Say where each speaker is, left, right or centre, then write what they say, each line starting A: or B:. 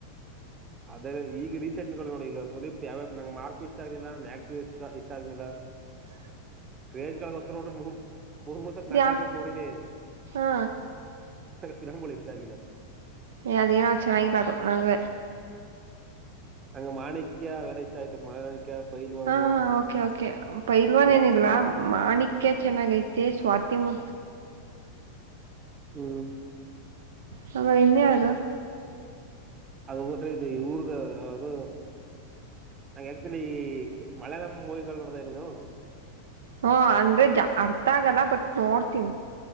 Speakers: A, on the right; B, on the right.
A: ಅದೇ ಈಗ ರೀಸೆಂಟ್ ನೋ ನೋಡಿ ಈಗ ಸುದೀಪ್ ಯಾವ್ಯ ನ್ ಮಾರ್ಕು ಇಷ್ಟ ಆಗ್ನಿಲ್ಲ ಮ್ಯಾಕ್ಸ್ು ಇಷ್ಟ ಇಷ್ಟ ಆಗ್ನಿಲ್ಲ.
B: ಹ.
A: ಕ್ರೇಜ್ಗಳಗೋಸ್ಕರ ನ ಮೂರ್ ಮೂರ್ ಸತ್ ನಾಲ್ಕಕ್
B: ಯಾ
A: ನ ಸತ್ ನೋಡಿನಿ.
B: ಹಾ.
A: ಚುಲಂಗಗಳು ಇಷ್ಟ ಆಗಿಲ್ಲ.
B: ಏ ಅದ ಏನ ಚೆನ್ನಾಗಿಲಾದ ನಂಗ.
A: ಹಂಗ ಮಾಣಿಕ್ಯ ಎಲ್ಲ ಇಷ್ಟ ಆಯ್ತು ಮಾಣಿಕ್ಯ. ಪೈಲ್ವಾನು
B: ಹಾ ಓಕೆ ಓಕೆ ಪೈಲ್ವನ್
A: ಅವೆಲ್ಲ
B: ಏನಿಲ್ಲ ಮಾಣಿಕ್ಯ. ಚೆನ್ನಾಗ ಐತೆ ಸ್ವಾತಿ ಮು.
A: ಹ್ಮ್.
B: ಹ ಮ ಇನ್ನ ಆಡ
A: ಅದುಬಟ್ಟ ಇದು ಇವರುದ ಯದು ನಂ ಆಕ್ಚುಲಿ ಮಲಯಳಂ ಮೂವಿಗಳು ನೋಡ್ದ ನೀನು.
B: ಹಾ ಅಂದ್ರೆ ಜ ಅರ್ಥ ಆಗಲ್ಲ ಬಟ್ ನೋಡ್ತೀನಿ.